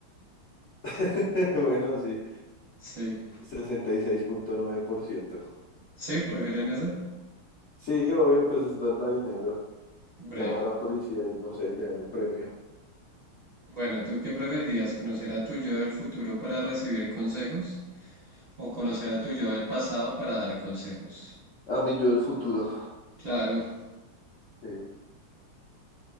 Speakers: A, on the left (about 70°); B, on the right (about 60°).
A: <laughs> Bueno, sí,
B: Sí.
A: sesenta y seis punto nueve por ciento.
B: Sí, prefieren esa.
A: Sí, obvio, pues es darle dinero,
B: Breve.
A: llamar a la policía y no sé, le dan un premio.
B: Bueno, ¿tú qué preferirías? ¿Conocer a tu yo del futuro para recibir consejos o conocer a tu yo del pasado para dar consejos?
A: A mí yo del futuro.
B: Claro,
A: Sí.